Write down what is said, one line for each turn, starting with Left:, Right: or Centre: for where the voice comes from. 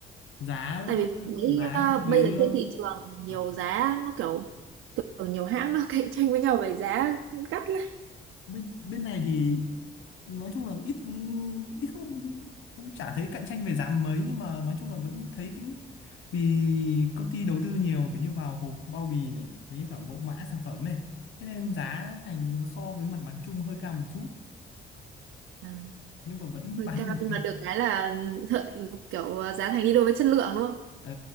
Left: giá
Right: Tại vì mình thấy
Left: giá
Right: à,
Left: so với
Right: bây giờ
Left: ờ,
Right: trên thị trường nhiều
Left: ờ,
Right: giá nó kiểu kiểu nhiều hãng nó <laughs> cạnh tranh với nhau về giá gắt lắm.
Left: bên bên này thì nói chung là ít ít không cũng chả thấy cạnh tranh về giá mấy nhưng mà nói chung là vẫn thấy cái vì công ty đầu tư nhiều kiểu như vào hộp bao bì này với cả mẫu mã sản phẩm này thế nên giá thành nó so với mặt bằng chung hơi cao một chút
Right: À,
Left: nhưng mà vẫn
Right: hơi
Left: bán
Right: cao
Left: được
Right: nhưng
Left: đi
Right: mà được cái là ừ, thợ, kiểu ờ, giá thành đi đôi với chất lượng đúng không?
Left: ừ,